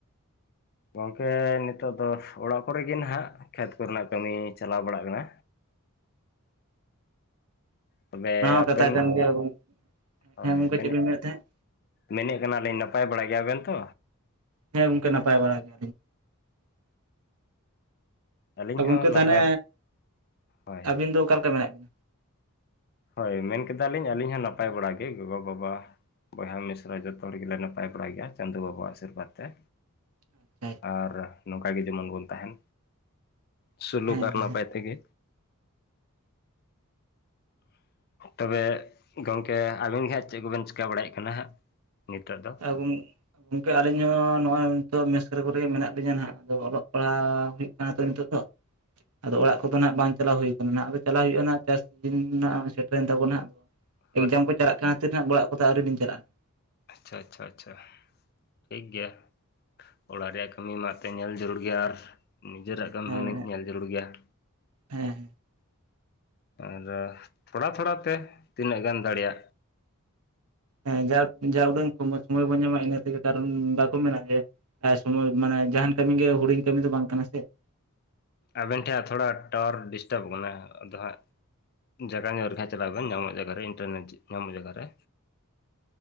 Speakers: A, on the left; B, on the right.
A: ᱜᱚᱝᱠᱮ ᱱᱤᱛᱚᱜ ᱫᱚ ᱚᱲᱟᱜ ᱠᱚᱨᱮ ᱜᱮ ᱱᱟᱦᱱᱟᱼᱜ ᱠᱷᱮᱛ ᱠᱚᱨᱮᱱᱟᱜ ᱠᱟᱹᱢᱤ ᱪᱟᱞᱟᱣ ᱵᱟᱲᱟᱜ ᱠᱟᱱᱟ᱾ ᱛᱚᱵᱮ
B: ᱚᱱᱟ ᱦᱚᱸ
A: ᱟᱵᱮᱱ
B: ᱠᱟᱛᱷᱟ ᱠᱟᱱ ᱜᱮᱭᱟ ᱜᱚᱝᱠᱮ,
A: ᱦᱳᱭ
B: ᱦᱮᱸ ᱜᱚᱝᱠᱮ
A: ᱢᱮᱱᱮᱫ
B: ᱪᱮᱫ ᱵᱤᱱ ᱞᱟᱹᱭᱮᱫ ᱛᱟᱦᱮᱸᱫ
A: ᱢᱮᱱᱮᱫ ᱠᱟᱱᱟᱞᱤᱧ ᱱᱟᱯᱟᱭ ᱵᱟᱲᱟ ᱜᱮᱭᱟᱵᱱ ᱛᱚ᱾
B: ᱦᱮᱸ ᱜᱚᱝᱠᱮ ᱱᱟᱯᱟᱭ ᱵᱟᱲᱟ ᱜᱮ
A: ᱟᱹᱞᱤᱧ
B: ᱜᱚᱝᱠᱮ
A: ᱦᱚᱸ ᱱᱟᱯᱟᱭ
B: ᱛᱟᱦᱚᱞᱮ
A: ᱦᱳᱭ
B: ᱟᱹᱵᱤᱱ ᱫᱚ ᱚᱠᱟᱞᱮᱠᱟ ᱢᱮᱱᱟᱜ ᱵᱤᱱᱟ᱾
A: ᱦᱳᱭ ᱢᱮᱱ ᱠᱮᱫᱟᱞᱤᱧ ᱟᱹᱞᱤᱧ ᱦᱚᱸ ᱱᱟᱯᱟᱭ ᱵᱟᱲᱟ ᱜᱮ ᱜᱚᱜᱚᱼᱵᱟᱵᱟ ᱵᱚᱭᱦᱟ ᱢᱤᱥᱨᱟ ᱡᱚᱛᱚ ᱦᱚᱲ ᱜᱮᱞᱮ ᱱᱟᱯᱟᱭ ᱵᱟᱲᱟ ᱜᱮᱭᱟ, ᱪᱟᱸᱫᱚᱳ ᱵᱟᱵᱟᱣᱟᱜ ᱟᱥᱤᱨᱵᱟᱫᱽ ᱛᱮ᱾
B: ᱟᱪᱪᱷᱟ ᱟᱪᱪᱷᱟ
A: ᱟᱨ ᱱᱚᱝᱠᱟ ᱜᱮ ᱡᱮᱢᱚᱱ ᱵᱚᱱ ᱛᱟᱦᱮᱱ ᱥᱩᱞᱩᱠ
B: ᱦᱮᱸ
A: ᱟᱨ
B: ᱦᱮᱸ
A: ᱱᱟᱯᱟᱭ ᱛᱮᱜᱮ ᱛᱚᱵᱮ ᱜᱚᱝᱠᱮ ᱟᱵᱤᱱ ᱜᱮᱦᱟᱸᱜ ᱪᱮᱫ ᱠᱚᱵᱮᱱ ᱪᱤᱠᱟᱹ ᱵᱟᱲᱟᱭᱮᱫ ᱠᱟᱱᱟ ᱦᱟᱸᱜ ᱱᱤᱛᱚᱜ ᱫᱚ
B: ᱟᱹᱵᱤᱱ ᱜᱚᱝᱠᱮ ᱟᱹᱞᱤᱧ ᱦᱚᱸ ᱱᱚᱜᱼᱚᱭ ᱱᱤᱛᱚᱜ ᱢᱮᱥᱠᱚᱨᱮ ᱠᱚᱨᱮᱜᱮ ᱢᱮᱱᱟᱜ ᱞᱤᱧᱟᱹ ᱱᱟᱜ ᱟᱫᱚ ᱚᱞᱚᱜ ᱯᱟᱲᱦᱟᱜ ᱦᱩᱭᱩᱜ ᱠᱟᱱᱟ ᱛᱚ ᱱᱤᱛᱚᱜ ᱫᱚ ᱟᱫᱚ ᱚᱲᱟᱜ ᱠᱚᱫᱚ ᱱᱟᱜ ᱵᱟᱝ ᱪᱟᱞᱟᱣ ᱦᱩᱭᱠᱟᱱᱟ ᱱᱟᱟᱜ ᱫᱚ ᱪᱟᱞᱞᱟᱣ ᱦᱩᱭᱩᱜᱼᱟ ᱱᱟᱟᱜ ᱪᱟᱥ ᱫᱤᱱ ᱥᱮᱴᱨᱮᱱ ᱛᱟᱵᱚ ᱱᱟᱜ
A: <inaudible>
B: ᱮᱠᱡᱟᱢ ᱠᱚ ᱪᱟᱞᱟᱜ ᱠᱷᱟᱹᱤᱨ ᱱᱟᱟᱸᱜ ᱚᱲᱟᱜ ᱠᱚᱫᱚ ᱟᱹᱣᱨᱤ ᱞᱧ ᱪᱟᱞᱟᱜᱼᱟ ᱾
A: ᱟᱪᱪᱷᱟ ᱟᱪᱪᱷᱟ ᱟᱪᱪᱷᱟ ᱴᱷᱤᱠ ᱜᱮᱮᱭᱟ ᱾ ᱚᱲᱟᱜ ᱨᱮᱭᱟᱜ ᱠᱟᱹᱢᱤ ᱢᱟᱟᱜ ᱛᱮ ᱧᱮᱞ ᱡᱟᱹᱨᱩᱲ ᱜᱮᱭᱟ, ᱟᱨ ᱱᱤᱡᱮᱨᱟᱜ ᱠᱟᱹᱢᱤ
B: ᱦᱮᱸ
A: ᱦᱩᱱᱟᱹᱤᱡ ᱧᱮᱞ ᱡᱩᱲ ᱜᱮᱭᱟ ᱾
B: ᱦᱮᱸ
A: ᱟᱨ ᱛᱷᱚᱲᱟ ᱛᱷᱚᱲᱟ ᱛᱮ ᱛᱤᱱᱟᱹᱜ ᱜᱟᱱ ᱫᱟᱲᱮᱭᱟᱜ
B: ᱦᱮᱸ ᱡᱟ ᱡᱟ ᱩᱰᱟᱹᱝᱹ ᱠᱚ ᱥᱚᱢᱚᱭ ᱵᱚᱱ ᱧᱟᱢᱟ, ᱤᱱᱟᱹ ᱛᱮᱜᱮ ᱠᱟᱨᱚᱱ ᱵᱟᱠᱚ ᱢᱮᱱᱟ ᱡᱮ, ᱥᱚᱢᱚᱭ ᱢᱟᱱᱮ ᱡᱟᱦᱟᱱ ᱠᱟᱹᱢᱤ ᱜᱮ ᱦᱩᱰᱤᱧ ᱠᱟᱹᱢᱤ ᱫᱚ ᱵᱟᱝ ᱠᱟᱱᱟ ᱥᱮ ᱾
A: ᱟᱵᱮᱱ ᱴᱷᱮᱱ ᱛᱷᱚᱲᱟ ᱴᱟᱣᱟᱨ ᱰᱤᱥᱴᱟᱵ ᱟᱠᱟᱱᱟ ᱟᱫᱚ ᱦᱟᱸᱜ ᱡᱟᱭᱜᱟ ᱧᱚᱜ ᱨᱮᱠᱷᱟ ᱪᱟᱞᱟᱜ ᱵᱮᱱ, ᱧᱟᱢᱚᱜ ᱡᱟᱭᱜᱟᱨᱮ ᱤᱱᱴᱟᱨᱱᱮᱴ ᱧᱟᱢᱚᱜ ᱡᱟᱭᱜᱟ ᱨᱮ